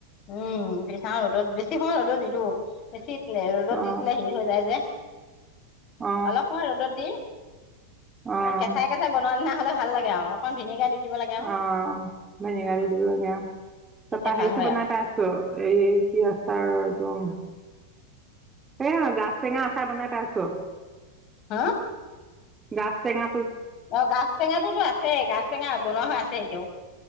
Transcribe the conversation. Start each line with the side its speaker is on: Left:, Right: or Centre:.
Left: উম', পিছদিনা ৰ'দত বেছি সময়ত ৰ'দত নিদিওঁ, বেছি এ ৰ'দত
Right: অ
Left: দি দিলে হেৰি হৈ যায় যে
Right: অ
Left: অলপ সময় ৰ'দত দি,
Right: অ অ
Left: এই কেঁচাই কেঁচাই বনোৱা নিচনা হ'লে ভাল লাগে আও, অকণ ভিনেগাৰ দি দিব লাগে আৰু
Right: অ ভিনেগাৰ
Left: অ
Right: দি দিব লাগে আউ
Left: তেতিয়া
Right: তাপা হেৰিটো
Left: ভাল হয়
Right: বনাই
Left: আৰু
Right: পাই ছ এই কি আছাৰ ৰ এইটো এ গাজটেঙা আচাৰ বনাই পাইছো।
Left: হা।
Right: গাজ তেঙা
Left: অ গাছ টেঙাটোতো আছে গাছ টেঙা বনোৱা হৈ আছে এতিয়াও।